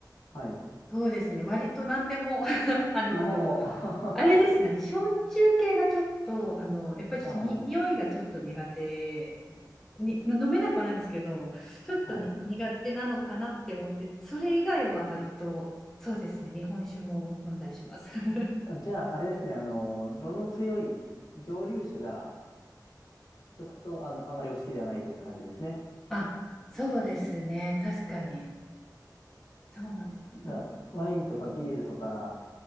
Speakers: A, on the left (about 60°); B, in the centre.
A: はい。
B: そうですね、割と何でも <laughs> あの、
A: なんでも、<laughs> あ
B: あれですね、あの焼酎系がちょっと、あの、やっぱりちょっとに匂いがちょっと苦手
A: あ、
B: に、飲めなくはないんですけど、ちょっとに苦手なのかなって思って、
A: はい。
B: それ以外は割と、そうですね、日本酒も飲んだりします。<laughs>
A: じゃあ、あれですね、あの、どの強い蒸留酒が、ちょっと、あの、あまりお好きではないという感じですね。
B: あ、そうですね、確かに。そうなんです。
A: だ、
B: なんか、
A: ワインとかビールとか、